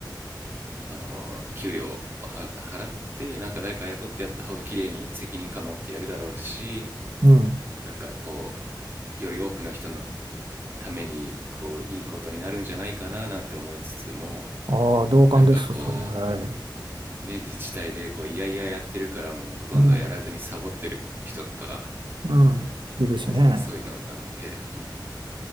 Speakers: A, on the right (about 30°); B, on the right (about 80°).
A: あの給料をは払ってなんか誰か雇ってやった方が綺麗に責任感持ってやるだろうし
B: うん。
A: なんかこうより多くの人のためにこういいことになるんじゃないかななんて思いつつも
B: ああ、同感です、
A: なんかこ
B: それ。はい。
A: うね自治体でこういやいややってるからもうほとんどやらずにサボってる人とか
B: うん。うん。いるしね。
A: そそういうのなんでうん